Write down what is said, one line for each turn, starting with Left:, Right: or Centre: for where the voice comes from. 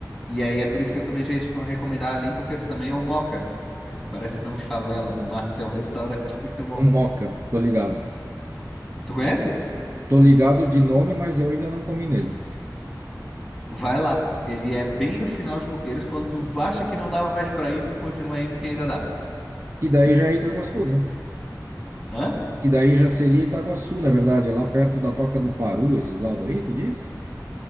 Centre: e aí é por isso que eu também já ia te recomendar ali em Coqueiros também, é o Moca. <laughs> Parece nome de favela, mas é um restaurante muito bom.
Right: Um moca, tô ligado.
Centre: Tu conhece?
Right: Tô ligado de nome, mas eu ainda não comi nele.
Centre: Vai lá. Ele é bem no final de Coqueiros, quando tu acha que não dá mais pra ir, tu continua indo que ainda dá.
Right: Que daí já é Itaguaçu, né?
Centre: Hã?
Right: Que daí já seria Itaguaçu, na verdade. É lá perto da Toca do Paru, esses lados aí, tu diz?